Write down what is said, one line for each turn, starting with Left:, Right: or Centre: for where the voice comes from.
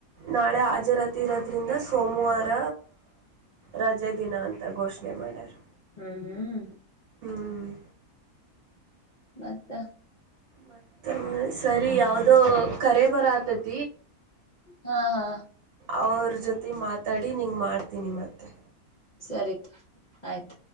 Right: ನಾಳೆ ಹಾಜರ ರೋದ್ರಿಂದ ಸೋಮವಾರ ರಜೆ ದಿನ ಅಂತ ಘೋಷಣೆ ಮಾಡರು
Left: ಹ್ಮ್ ಹ್ಮ್
Right: ಹ್ಮ್
Left: ಮತ್ತ
Right: ಮತ್ತ ಸರಿ ಯಾವ್ದೋ ಕರೆ ಬರ ಆತತಿ
Left: ಹಾ ಹಾ
Right: ಅವ್ರ ಜೊತೆ ಮಾತಾಡಿ ನಿಂಗೆ ಮಾಡ್ತೀನಿ ಮತ್ತೆ
Left: ಸರಿತ ಆಯ್ತ